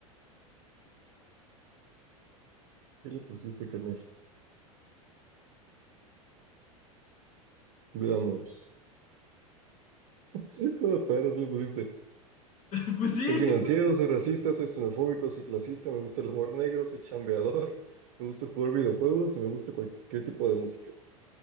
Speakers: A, on the right; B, on the left.
A: ¿Qué le pusiste, carnal? Veamos. <laughs> Hijo de perro, ¿qué le pusiste?
B: <laughs> Pues sí.
A: Soy financiero, soy racista, soy xenofóbico, soy clasista, me gusta el humor negro, soy chambeador, me gusta jugar videojuegos y me gusta cualquier tipo de música.